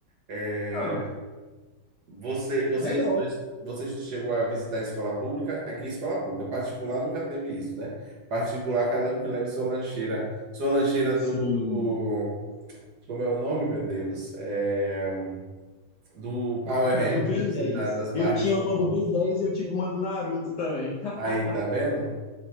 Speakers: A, on the right; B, on the left.
A: É,
B: Ah,
A: Você, você
B: legal.
A: estudou isso- você estu- chegou a visitar a escola pública? Aqui, é escola pública. Particular nunca teve isso, né? Particular, cada um que leve sua lancheira. Sua lancheira do,
B: Sim.
A: do- Como é o nome, meu Deus? É, do Power
B: Ah,
A: Rangers
B: do Ben dez
A: e da- das marcas
B: Eu tinha
A: famosas.
B: uma do Ben dez e eu tinha uma do Naruto também. <laughs>
A: Aí, tá vendo?